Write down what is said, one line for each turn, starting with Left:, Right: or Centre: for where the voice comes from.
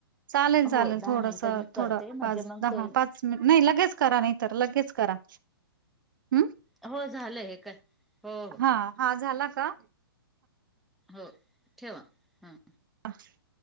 Right: चालेल
Centre: हो
Right: चालेल
Centre: दहा
Right: थोडस
Centre: मिनिटं मी करते
Right: थोडं
Centre: म्हणजे
Right: पाच
Centre: मग
Right: दहा
Centre: तो
Right: पाच मिनिट नाही लगेच. करा नाही तर लगेच करा. हम्म
Centre: हो झालंय हे काय. हो हो
Right: हा हा झाला का?
Centre: हो ठेवा हा.
Right: <unintelligible>